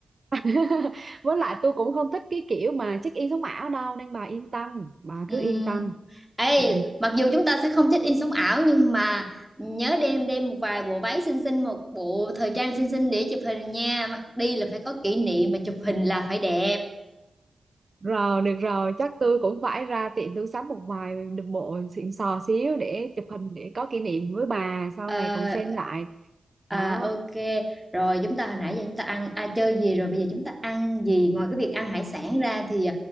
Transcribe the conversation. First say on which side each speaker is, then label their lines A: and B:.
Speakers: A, on the right; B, in the centre.
A: <laughs> với lại tôi cũng không thích cái kiểu mà check in sống ảo đâu nên bà yên tâm bà
B: Ừm.
A: cứ yên tâm
B: ê
A: ừ.
B: mặc dù chúng ta sẽ không check in sống ảo nhưng mà nhớ đem đem một vài bộ váy xinh xinh một bộ thời trang xinh xinh để chụp hình nha đi là phải có kỷ niệm mà chụp hình là phải đẹp
A: rồi được rồi chắc tôi cũng phải ra tiệm tôi sắm một vài bộ xịn sò xíu để chụp hình để có kỷ niệm với bà sau
B: Ờ,
A: này còn xem lại
B: à,
A: đó
B: ok rồi chúng ta hồi nãy giờ chúng ta ăn à, chơi gì rồi bây giờ chúng ta ăn gì ngoài cái việc ăn hải sản ra thì